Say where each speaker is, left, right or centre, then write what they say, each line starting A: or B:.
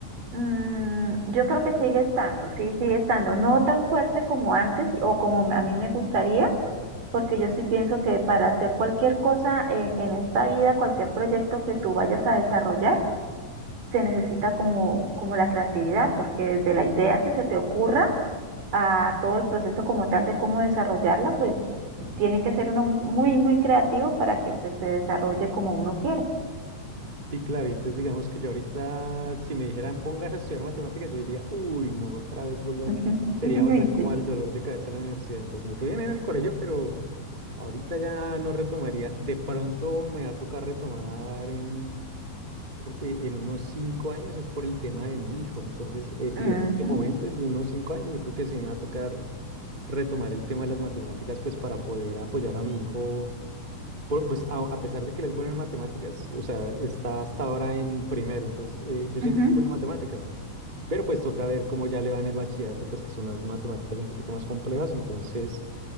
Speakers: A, on the right; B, on the right.
A: mm, yo creo que sigue estando, sí, sigue estando, no tan fuerte como antes o como a mí me gustaría, porque yo sí pienso que para hacer cualquier cosa eh, en esta vida, cualquier proyecto que tú vayas a desarrollar, se necesita como, como la creatividad, porque desde la idea que se te ocurra a todo el proceso como tal de cómo desarrollarla, pues tiene que ser uno mu- muy, muy creativo para que pues se desarrolle como uno quiere.
B: Sí, claro, y entonces digamos que yo ahorita, si me dijeran pongas a estudiar matemáticas, yo diría, uy, no, otra vez volver,
A: <laughs>
B: sería volver como
A: Sí.
B: al dolor de cabeza a la universidad. Entonces me fui bien en el colegio, pero ahorita ya no retomaría. De pronto me va a tocar retomar en, r- e- en unos cinco años, es por el tema de mi hijo. Entonces, en,
A: Ujú,
B: en ese momento, desde unos cinco años, yo creo que sí me va a tocar retomar el tema de las matemáticas, pues para poder apoyar a mi hijo por- pues a, a pesar de que él es bueno en matemáticas, o sea, está hasta ahora en primero, entonces eh, yo siento
A: ujú.
B: que es bueno en matemáticas, pero pues toca ver cómo ya le va en el bachillerato, pues que son unas matemáticas un poquito más complejas, entonces